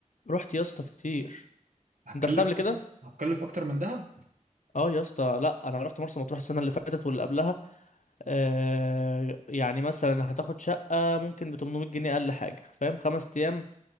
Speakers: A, on the left (about 70°); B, on the right (about 70°).
A: رحت يا اسطى كتير
B: هتكلف
A: انت رحت قبل
B: أك...
A: كده
B: هتكلف اكتر من دهب
A: اه يا اسطى لا انا رحت مرسى مطروح السنة اللي فاتت واللي قبلها آه يعني مثلا هتاخد شقة ممكن ب 800 جنيه اقل حاجة فاهم خمس ايام